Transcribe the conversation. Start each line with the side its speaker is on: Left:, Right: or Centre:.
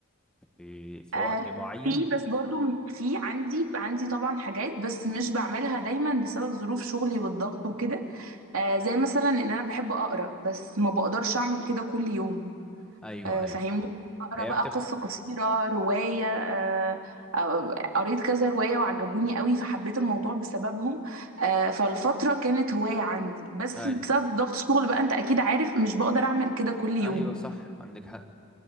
Centre: في في
Right: أه،
Centre: وقت معين
Right: في بس برضو في عندي عندي طبعا حاجات بس مش بعملها دايما بسبب ظروف شغلي والضغط وكده أه، زي مثلا ان انا بحب اقرا بس ما بقدرش اعمل كده كل يوم
Centre: ايوه
Right: آه،
Centre: ايوه
Right: فاهمني اقرا
Centre: هي
Right: بقى
Centre: بتبقى
Right: قصه قصيره روايه آه، آه، قريت كذا روايه وعجبوني قوي فحبيت الموضوع بسببهم آه، فالفتره كانت هوايه عندي بس
Centre: ايوه
Right: بسبب ضغط الشغل بقى انت اكيد عارف مش بقدر اعمل كده كل يوم
Centre: ايوه صح عندك حق